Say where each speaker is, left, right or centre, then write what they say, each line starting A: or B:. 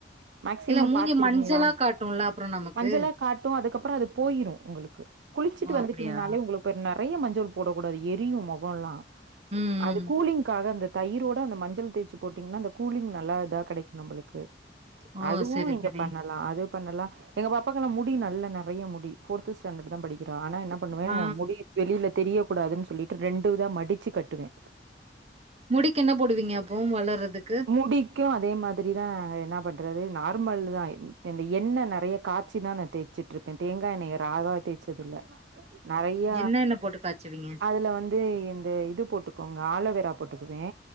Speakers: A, on the right; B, on the right.
A: மேக்சிமம்
B: இல்ல மூஞ்சி
A: பாத்திருக்கீங்களா
B: மஞ்சளா காட்டும்ல அப்புறம் நமக்கு.
A: மஞ்சலா காட்டு அதுக்கப்புறோ அது போயிரு உங்களுக்கு குளிச்சுட்டு
B: ஓ!
A: வந்துட்டீங்னாலே
B: அப்படியா?
A: உங்களுக் இப்ப நெறைய மஞ்சள் போடக்கூடாது எரியு மொகொல்லா
B: ம்,
A: அது
B: ம்.
A: கூலிங்க்காக அந்த தயிரோட அந்த மஞ்சள் தேய்ச்சு போட்டீங்னா அந்த கூலிங் நல்லா இதா கெடைக்கு நம்பளுக்கு
B: ஓ!
A: அதுவு
B: சரி,
A: இங்க
B: சரி.
A: பண்ண லா அது பண்ணலா எங்க பாப்பாக்கல்லா முடி நல்ல நெறைய முடி ஃபோர்த்து ஸ்டாண்டர்ட் தா படிக்கிறா ஆனா என் ன பண்ணுவே
B: ஆ.
A: முடி வெளில தெரிய கூடாதுன் சொல்லிட்டு ரெண்டு இதா மடிச்சு கட்டுவே
B: முடிக்கென்ன போடுவீங்க அப்போம் வளர்றதுக்கு
A: முடிக்கு அதே மாதிரி தா என்ன பண்றது நார்மல் தா இந்த எண்ணெ நெறைய காச்சி தா நா தேய் ச்சுட்ருக்கே தேங்கா எண்ணெய்ய ராவ தேச்சது இல்ல நெறைய
B: என்னென்ன போட்டு காய்ச்சுவீங்க?
A: அதுல வந் து இந்த இது போட்டுக்கோங்க ஆலோவேரா போட்டுக்குவே